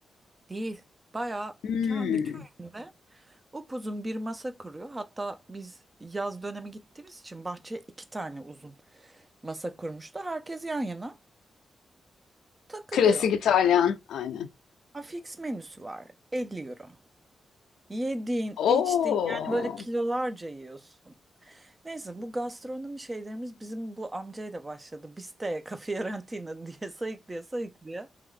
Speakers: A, on the right; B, on the left.
A: Değil. Bayağı
B: Hmm.
A: kendi köyünde upuzun bir masa kuruyor. Hatta biz yaz dönemi gittiğimiz için bahçeye iki tane uzun masa kurmuştu. Herkes yan yana takılıyor.
B: Klasik İtalyan. Aynen.
A: Ha, fix menüsü var. 50 euro. Yediğin, içtiğin
B: Oo.
A: yani böyle kilolarca yiyorsun. Neyse bu gastronomi şeylerimiz bizim bu amcayla başladı. Biste, Fiorentina diye <laughs> sayıklaya sayıklaya.